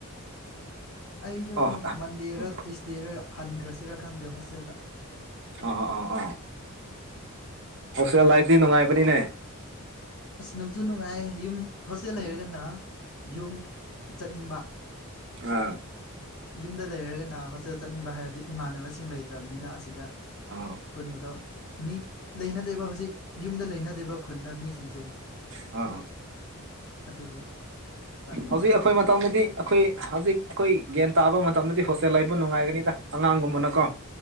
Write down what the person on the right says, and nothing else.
ꯑꯣ
ꯎꯝ
ꯑ ꯑꯥ ꯑꯥ ꯍꯣꯁꯇꯦꯜ ꯂꯥꯏꯐꯗꯤ ꯅꯨꯡꯉꯥꯏꯕꯅꯤꯅꯦ
ꯎꯝ
ꯑꯥ
ꯑꯥ
ꯑ
ꯍꯧꯖꯤꯛ
ꯑꯩꯈꯣꯏ ꯃꯇꯝꯗꯗꯤ ꯑꯩꯈꯣꯏ ꯍꯧꯖꯤꯛ ꯑꯩꯈꯣꯏ ꯒ꯭ꯌꯥꯟ ꯇꯥꯕ ꯃꯇꯝꯗꯗꯤ ꯍꯣꯁꯇꯦꯜ ꯂꯩꯕꯨ ꯅꯨꯡꯉꯥꯏꯒꯅꯤꯗ ꯑꯉꯥꯡꯒꯨꯝꯕꯅꯀꯣ